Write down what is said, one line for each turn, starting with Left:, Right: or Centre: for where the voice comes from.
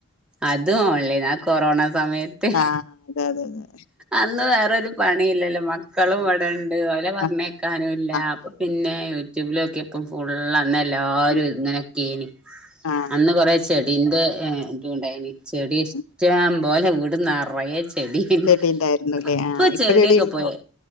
Centre: അതും ഓൺലൈനാ ആ കൊറോണ സമയത്ത്
Left: ആ അതെ അതെ അതെ
Centre: അന്ന് വേറൊരു പണി ഇല്ലല്ലോ മക്കളും
Left: ഉം
Centre: ഇവിടെണ്ട് ഓലെ പറഞ്ഞയക്കാനൂല്ല
Left: ആ ആ
Centre: ആഹ് അപ്പ
Left: അതെ
Centre: പിന്നെ
Left: അതെ
Centre: യൂട്യൂബിലോക്കിയപ് ക്കും ഫുള്ള് അന്ന് എല്ലാരും
Left: ഉം
Centre: ഇങ്ങനക്കെയേനി
Left: ആ
Centre: അന്ന് കൊറേ ചെടിന്റെ ഏഹ് ഇതും ഇണ്ടായിനി ചെടി
Left: ഉം
Centre: ഇഷ്ട്ടം
Left: ഉം
Centre: പോലെ വീടുനറയേ ചെടിയേനി
Left: ചെടി ഉണ്ടായിരുന്നുല്ലേ
Centre: ഇപ്പൊ
Left: ആ
Centre: ചെടിയൊക്കെ
Left: ചെടി ഉണ്ടോ
Centre: പോയേ